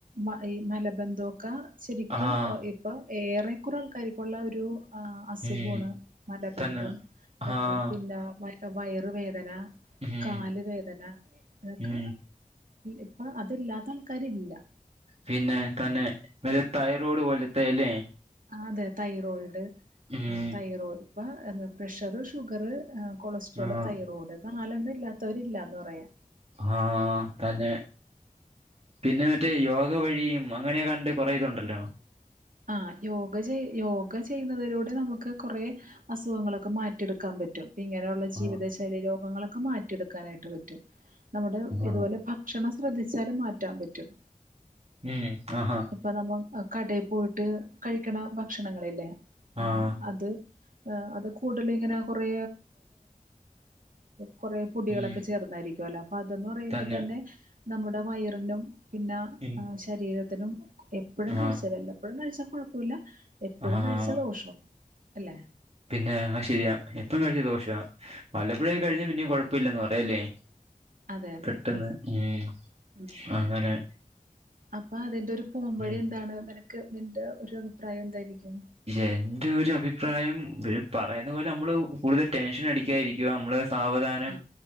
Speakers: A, on the right; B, on the right.
A: മ ഈ മലബന്ധോക്കാ ശെരിക്കും
B: ആഹ്
A: ഇപ്പൊ ഏറെക്കുറെ ആൾക്കാർക്കുള്ള ഒരു അസു
B: ഉം
A: ഖ്വാണ് മലബന്ധം
B: തന്നെ ആഹ്
A: പിന്ന വയറുവേദന.
B: ഉം
A: കാല് വേദന ഇതൊക്ക
B: ഉം
A: ഇപ്പൊ അതില്ലാത്ത ആൾക്കാര് ഇല്ല.
B: പിന്നെ തന്നെ തൈറോട് പോലത്തെ ല്ലേ.
A: ആഹ് അതെ തൈറോയിഡ്
B: ഉം
A: തൈറോയ് ഇപ്പൊ എന്ത് പ്രഷർ ഷുഗർ. കൊളസ്ട്രോള്,
B: ആഹ്
A: തൈറോയ്ഡ്, നാലെണ്ണം ഇല്ലാത്തവര് ഇല്ലാന്ന് പറയാ.
B: ആഹ് തന്നെ പിന്നെ മറ്റെ യോഗ വഴിയും. ഓ അങ്ങനെ കണ്ട് കൊറേ ഇതുണ്ടല്ലോ.
A: ആഹ് യോഗ ചെയ് യോഗ ചെയ്യുന്ന വരോട് നമുക്ക് കോറെ അസുഖങ്ങളൊക്കെ മാറ്റിയെടുക്കാൻ പറ്റും. ഇങ്ങനെയുള്ള ജീവിത
B: ആഹ്
A: ശൈലി രോഗങ്ങളൊക്കെ മാറ്റിയെടുക്കാനായിട്ട് പറ്റും. നമ്മുടെ ഇതുപോലെ
B: ആഹ്
A: ഭ ഭക്ഷണം ശ്രദ്ധിച്ചാലും മാറ്റാൻ പറ്റും.
B: ഉം ആഹാ
A: ഇപ്പൊ നമ്മ കടെ പോയി ട്ട് കഴിക്ക്ണ ഭക്ഷണങ്ങളില്ലേ
B: ആഹ്
A: അത്. ആഹ് അത് കൂടല് ഇങ്ങന കൊറേ കൊറേ പൊടികളൊക്കെ
B: ഉം
A: ചേർന്നായിരിക്കുവോല്ലോ. അപ്പ അതെന്ന് പറയുമ്പതന്നെ
B: തന്നെ
A: നമ്മുടെ വയറിനും പിന്ന
B: ഉം
A: ശരീരത്തിനും എപ്പഴും
B: ആഹ്
A: കഴിച്ചലല്ല വല്ലപ്പോഴും കഴിച്ചാൽ കുഴപ്പോല്ല. എപ്പഴും
B: ആഹ്
A: കഴിച്ചാ ദോഷം അല്ലെ.
B: പിന്നെ ആഹ് ശര്യാ. എപ്പം കഴിച്ച ദോഷാ. വ ല്ലപ്പൊഴായി
A: അതെ
B: കഴിച്ച <unintelligible> പിന്നെ കൊഴപ്പ് പ്പില്ലന്ന് പറയല്ലെ
A: അതെ അതെ
B: കിട്ട്ണ്
A: ആ
B: ഉം.
A: ഉം ഉം
B: അങ്ങനെ
A: അപ്പൊ അതിന്റെ ഒരു പോമ്പഴി
B: ഉം
A: എന്താണ്. ക്ക് നിന്റെ ഒരു അഭിപ്രായം എന്തായിരിക്കും.
B: എന്റെ ഒരു അഭിപ്രായം ഇവര് പറയുന്ന പോലെ നമ്മള് കൂടുതൽ ടെൻഷൻ അടിക്കായിരിക്കുവ നമ്മള്. സാവധാനം
A: ആ